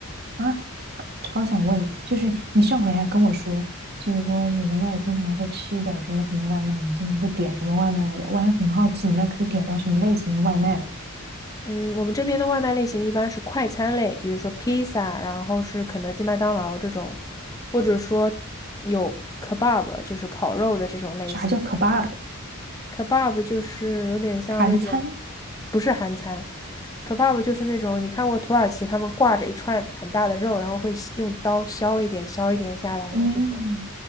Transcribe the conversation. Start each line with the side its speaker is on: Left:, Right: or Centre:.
Right: 啊，超想问，就是你上回还跟我说，就是说你们那儿经常会吃一点儿什么什么外卖，你经常会点什么外卖来着？我还很好奇，你那儿可以点到什么类型的外卖嘞？
Left: 嗯，我们这边的外卖类型一般是快餐类，比如说披萨，然后是肯德基、麦当劳这种，或者说有 kebab，就是烤肉的这种类型。
Right: 啥叫 kebab
Left: kebab 就是有点像那种，
Right: 韩餐？
Left: 不是韩餐，kebab 就是那种你看过土耳其他们挂着一串很大的肉，然后会削用刀削一点削一点下来的这种，
Right: 嗯，